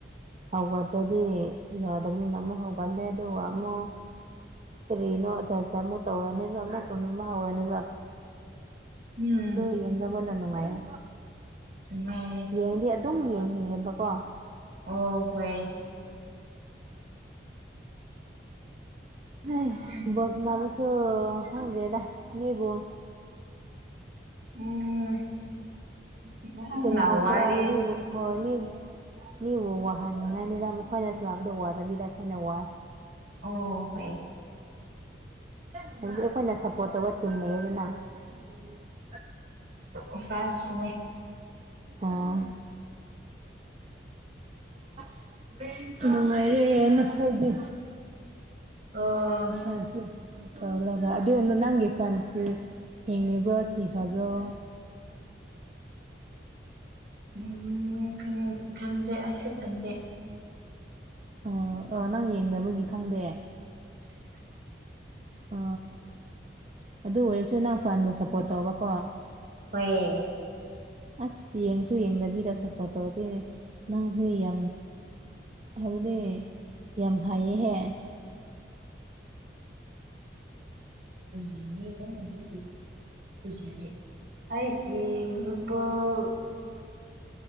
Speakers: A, on the right; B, on the right.
A: ꯍꯧꯒꯗ꯭ꯔ ꯗꯤ ꯌꯥꯗꯕꯅꯤꯅ ꯑꯃꯨꯛ ꯍꯧꯒꯠꯂꯦ ꯑꯗꯨꯒ ꯑꯃꯨꯛ ꯀꯔꯤꯅꯣ ꯑꯖꯥ ꯑꯖꯥ ꯑꯃꯨꯛ ꯇꯧꯔꯅꯦꯕ ꯑꯃꯨꯛ ꯇꯧꯅꯤꯡꯕ ꯍꯧꯔꯅꯦꯕ
B: ꯎꯝ
A: ꯗꯣ ꯌꯦꯡꯗꯕꯅ ꯅꯨꯡꯉꯥꯏꯌꯦ
B: ꯅꯨꯡꯉꯥꯏꯌꯦ
A: ꯌꯦꯡꯗꯤ ꯑꯗꯨꯝ ꯌꯦꯡꯅꯤꯡꯉꯦꯕꯀꯣ
B: ꯑꯣ ꯍꯣꯏ
A: ꯍꯩꯍꯥ
B: ꯎꯝ
A: ꯕꯣꯜ ꯁꯅꯥꯕꯁꯨ ꯈꯪꯗꯦꯗ ꯃꯤꯕꯨ
B: ꯎꯝ <unintelligible>
A: ꯀꯔꯤ ꯍꯥꯏꯁꯤꯔꯥ ꯃꯤꯕꯨ ꯍꯣꯏ ꯃꯤꯕꯨ ꯃꯤꯕꯨ ꯋꯥꯍꯟꯅꯤꯡꯉꯥꯏꯅꯤꯗ ꯃꯈꯣꯏꯅ ꯁꯅꯥꯕꯗꯨ ꯋꯥꯗꯕꯤꯗ ꯑꯈꯣꯏꯅ ꯋꯥꯏ
B: ꯑꯧꯑꯣ ꯍꯣꯏꯌꯦ
A: <unintelligible> ꯍꯥꯏꯕꯗꯤ ꯑꯈꯣꯏꯅ ꯁꯞꯄꯣꯠ ꯇꯧꯕ ꯇꯤꯝ ꯂꯩꯌꯦꯅ <unintelligible>
B: ꯎ ꯐ꯭ꯔꯥꯟꯁꯅꯦ
A: ꯑꯣ <unintelligible> <unintelligible> ꯅꯨꯡꯉꯥꯏꯔꯦ ꯅꯈꯣꯏꯗꯤ
B: ꯑꯣ
A: ꯐ꯭ꯔꯥꯟꯁꯄꯤꯁ ꯇꯧꯂꯒ ꯑꯗꯨ ꯅ ꯅꯪꯒꯤ ꯐ꯭ꯔꯥꯟꯁꯀꯤ ꯍꯤꯡꯂꯤꯕ꯭ꯔꯣ ꯁꯤ ꯇꯥꯕ꯭ꯔꯣ
B: ꯎꯝ ꯈꯪ ꯈꯝꯗꯦ ꯑꯩꯁꯨ ꯈꯟꯗꯦ
A: ꯑꯣ ꯑꯣ ꯅꯪ ꯌꯦꯡꯗꯕꯒꯤ ꯈꯪꯗꯦ ꯑ ꯑꯗꯨ ꯑꯣꯏꯔꯁꯨ ꯅꯪ ꯐ꯭ꯔꯥꯟꯕꯨ ꯁꯄꯣꯠ ꯇꯧꯕꯀꯣ
B: ꯍꯣꯏꯌꯦ
A: ꯑꯁ ꯌꯦꯡꯁꯨ ꯌꯦꯡꯗꯕꯤꯗ ꯁꯄꯣꯠ ꯇꯧꯗꯨꯏꯅꯦ ꯅꯪꯁꯨ ꯌꯥꯝ ꯍꯥꯏꯕꯗꯤ ꯌꯥꯝ ꯍꯩꯌꯦꯍꯦ
B: <unintelligible> ꯑꯩꯀꯤ ꯆꯄꯜ